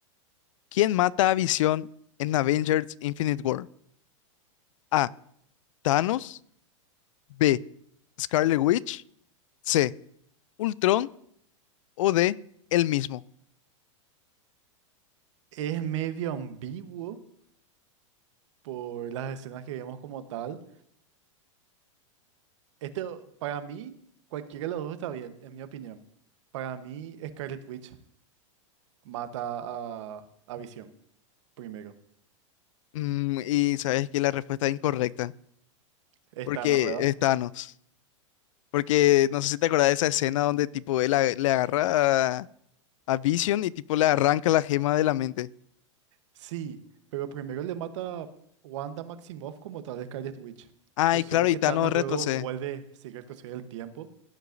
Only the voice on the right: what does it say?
Es medio ambiguo por las escenas que vemos como tal. Este, para mí, cualquiera de los dos está bien, en mi opinión. Para mí, Scarlet Witch mata a, a Visión primero.
Es
Thanos, ¿verdad?
Sí, pero primero le mata a Wanda Maximoff como tal de Scarlet Witch.
Pero
solo
que
Thanos
luego vuelve, sigue el retroceder el tiempo